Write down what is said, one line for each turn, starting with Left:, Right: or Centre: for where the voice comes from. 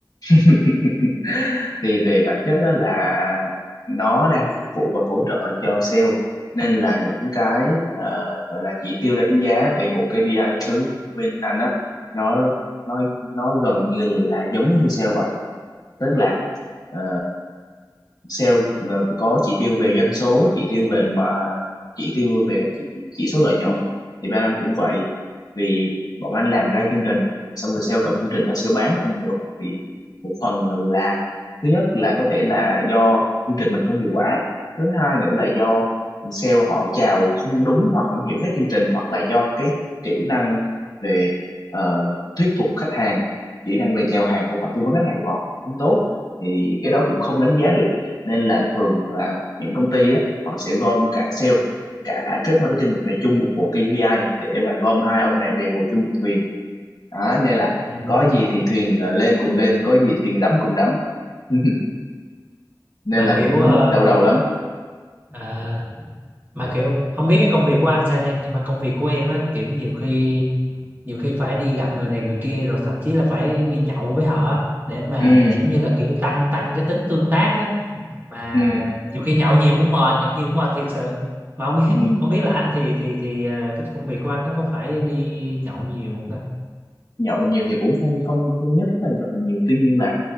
Left: <laughs> thì về bản chất á là nó đang phục vụ và hỗ trợ cho sale nên là những cái ờ, gọi là chỉ tiêu đánh giá về bộ KPI các thứ của bên anh á nó nó nó gần như là giống như sale vậy tức là ờ, sale ờ, có chỉ tiêu về doanh số chỉ tiêu về mà chỉ tiêu về chỉ, chỉ số lợi nhuận thì bên anh cũng vậy vì bọn anh làm ra chương trình xong rồi sale cầm chương trình nó sale bán không được thì một phần là thứ nhất là có thể là do chương trình mình không hiệu quả thứ hai nữa là do sale họ chào không đúng hoặc không hiểu hết chương trình hoặc là do cái kỹ năng về ờ, thuyết phục khách hàng kỹ năng về chào hàng của họ tư vấn khách hàng của họ không tốt thì cái đó cũng không đánh giá được nên là thường là những công ty á họ sẽ gom cả sale cả trade marketing về chung một bộ KPI để mà gom hai ông này về ngồi chung một thuyền đó, nên là
Right: Ừ.
Left: có gì thì thuyền ờ, lên cùng lên có gì thuyền đắm cùng đắm <laughs> nên
Right: mà
Left: là
Right: kiểu
Left: cũng
Right: ờ,
Left: đau đầu lắm
Right: à, mà kiểu không biết cái công việc của anh sao nha nhưng mà công việc của em á kiểu nhiều khi nhiều khi phải đi gặp người này người kia rồi thậm chí là phải đi nhậu với họ á, để mà
Left: ừ,
Right: giống như là kiểu tăng tăng cái tính tương tác á mà
Left: ừ,
Right: nhiều khi nhậu nhiều cũng mệt nhậu nhiều cũng mệt thiệt sự mà không biết
Left: ừ.
Right: không biết là anh thì thì thì ờ, cái công việc của anh nó có phải đi nhậu nhiều không ta
Left: nhậu nhiều thì cũng không không không nhất là nhậu nhiều tuy nhiên là